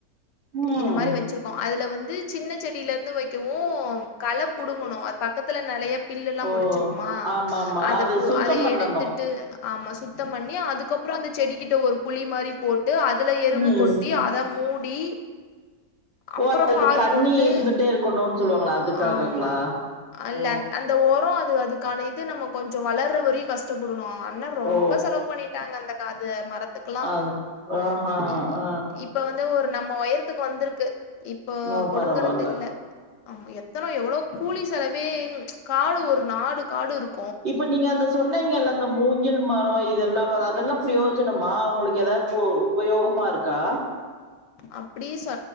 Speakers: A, on the right; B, on the left.
A: ம்
B: இந்த மாரி வச்சிருக்கோ அதுல வந்து சின்ன செடியில இருந்து வைக்கவு கள புடுங்கணு அது பக்கத்துல நிறைய பில்லு எல்லா
A: ஓ
B: முழச்சிருக்குமா
A: ஆமா ஆமா
B: அத
A: அது
B: போ
A: சுத்தம்
B: அத
A: பண்ணணு
B: எடுத்துட்டு ஆமா சுத்தம் பண்ணி அதுக்கப்புற அந்த செடிக்கிட்ட ஒரு குளி மாரி போட்டு அதுல எருகு
A: ம்
B: கொட்டி அத மூடி
A: ஓ
B: அப்புறோ
A: அதுக்கு
B: பாரு
A: தண்ணி
B: போட்டு
A: இருந்துட்டே இருக்கணுனு சொல்லுவாங்களா அதுக்காகங்களா
B: ஆமா அல்ல
A: ஓ
B: அந்த ஓரோ அது அதுக்கான இது நம்ம கொஞ்சோ வளர்ற வரையு கஷ்டப்படணு அண்ண ரொம்ப
A: ஓ
B: செலவு பண்ணிட்டாங்க அந்த காது மரத்துக்கெல்லா
A: அது ஆஹா
B: இப்
A: ஆ
B: இப்போ வந்து ஒரு நம்ம உயரத்துக்கு வந்திருக்கு இப்போ
A: ஓ
B: பொடுங்கிறதில்ல
A: பரவால்ல
B: ஆமா எத்தன எவ்ளோ கூலி செலவே ம் காடு ஒரு நாடு காடு ருக்
A: இப்ப நீங்க அந்த சொன்னீங்கல்ல அந்த மூங்கில் மரோ இதெல்லா வ அதெல்லா பிரயோஜனமா அவுங்களுக்கு எதாவது போ உபயோகமா ருக்கா
B: அப்டி சொ